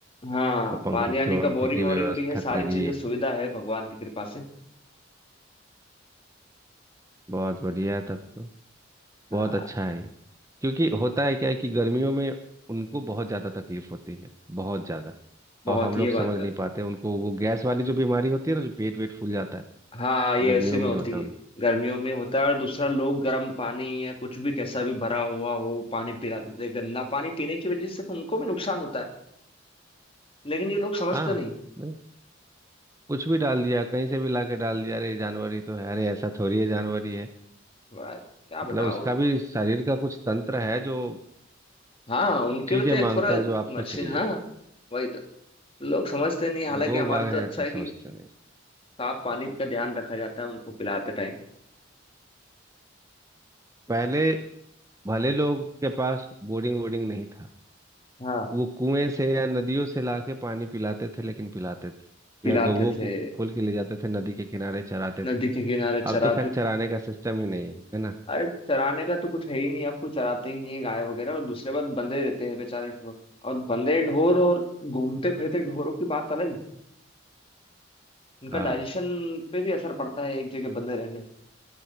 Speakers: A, on the left (about 30°); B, on the right (about 15°).
A: हाँ
B: और पंखे
A: पानी आने
B: वंखे
A: का बोरिंग
B: की
A: वोरिंग
B: व्यवस्था
A: भी है सारी
B: करिए
A: चीजें सुविधा है भगवान की कृपा से
B: बहुत बढ़िया है तब तो
A: हाँ
B: बहुत अच्छा है ये क्योंकि होता है क्या है कि गर्मियों में उनको बहुत ज़्यादा तकलीफ होती है बहुत ज़्यादा
A: बहुत
B: और हम लोग
A: ये बात
B: समझ
A: है
B: नहीं पाते उनको वो गैस वाली जो बीमारी होती है ना जो पेट वेट फूल जाता है
A: हाँ ये
B: गर्मियों
A: ऐसे में
B: में
A: होती
B: ही होता
A: है
B: है
A: गर्मियों में होता है और दूसरा
B: उनको
A: लोग गर्म पानी या कुछ भी कैसा भी भरा हुआ हो वो पानी पिलाते थे गंदा पानी पीने की वजह से तो उनको भी नुकसान होता है लेकिन ये लोग समझते
B: हाँ
A: नहीं
B: भाई कुछ भी डाल दिया कहीं से भी ला के डाल दिया अरे ये जानवर ही तो है अरे ऐसा थोड़ी है जानवर ही है
A: यार, क्या
B: मतलब
A: बताओ
B: उसका
A: उनको
B: भी शरीर का कुछ तंत्र है जो
A: हाँ उनके
B: चीजें
A: भी तो एक
B: मांगता
A: पूरा
B: है जो आपको
A: मशीन
B: चाहिए
A: हाँ वही तो लोग समझते नहीं हालांकि
B: और लोग
A: हमारा
B: बाग हैं
A: तो अच्छा
B: ऐसा
A: है कि
B: समझते नहीं
A: साफ पानी का ध्यान रखा जाता है उनको पिलाते टाइम
B: पहले भले लोग के पास बोरिंग वोरिंग नहीं था
A: हाँ
B: वो कुएं से या नदियों से लाके पानी पिलाते थे लेकिन पिलाते थे
A: पिलाते
B: या गौवों
A: थे
B: को खोल के ले जाते थे नदी के किनारे चराते
A: नदी
B: थे
A: के किनारे चराते
B: अब तो खैर चराने का सिस्टम ही नहीं है है ना
A: अरे चराने का तो कुछ है ही नहीं आपको चराते ही नहीं है गाय वगैरह और दूसरे बात बंधे रहते हैं बेचारे ढोर और बंधे ढोर और घूमते फिरते ढोरों की बात अलग है उनका
B: हाँ
A: डाइजेशन पे भी असर पड़ता है एक जगह बंधे रहने से